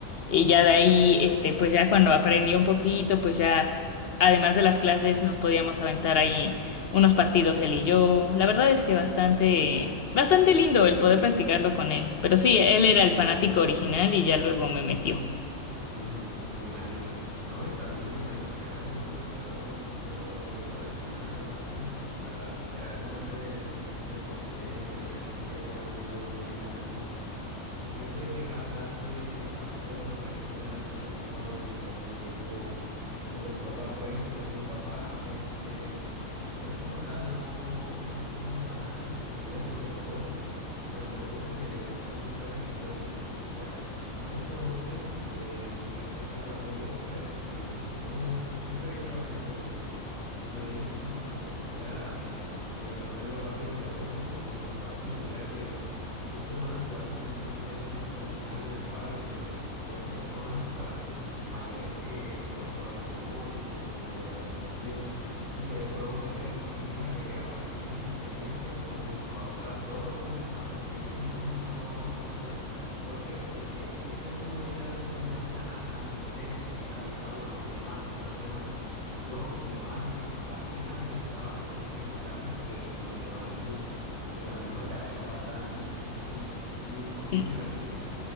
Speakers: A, on the left; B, on the right.
A: Y ya de ahí, este, pues ya cuando aprendí un poquito, pues ya, además de las clases, nos podíamos aventar ahí unos partidos él y yo. La verdad es que bastante, bastante lindo el poder practicarlo con él. Pero sí, él era el fanático original y ya luego me metió.
B: Ujú, me imagino. No, y también me imagino que es algo demasiado, pues, productivo para el tema de las relaciones. O sea, crear como ese sentimiento de competencia, de, ah, un día te gano yo, un día me ganas tú. Siento de que es bastante, bastante bueno para ese tema de las conexiones, de pasar un tiempo, tiempo con tu papá. Por ejemplo, mi papá, este, Él como tal no, no es así un fanático que tú digas de los deportes, pero un deporte que le gusta mucho a él es el voleibol. Ya. Entonces, em, yo empecé a jugar voleibol por él porque me dije que no, siempre había partidos de voleibol. Y yo le dije, pausa, porque un día, em, pues yo aprendo rápido los deportes, podemos jugar un partido. Mira que justo van a jugar como un torneo comunal en el barrio, o sea, de puras personas, o sea, mayores que fueron jugadores de voleibol, pero que lo dejaron por un tiempo. Si quieres podemos meternos. Y fíjate que a partir de esa experiencia, pues mi papá, o sea, todos los fines de semana decía "Ay, que bueno, vamos a volver a jugar, vamos a volver a jugar. ¿Por qué? Porque ese mismo día del torneo ganamos la competencia y también estaba jugando mi hermano. Entonces éramos yo, mi hermano y mi papá. Y también estaban otros tres muchachos que se nos unieron al equipo, que también nos acarrearon bastante. <laughs> Y fue muy
A: Mm.
B: divertido.